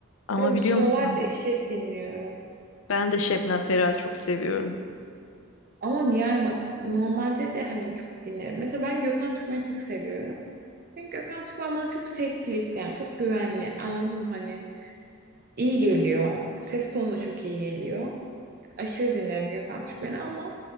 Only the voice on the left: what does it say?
Ama
biliyor
musun?
Ben de Şebnem Ferah'ı çok seviyorum.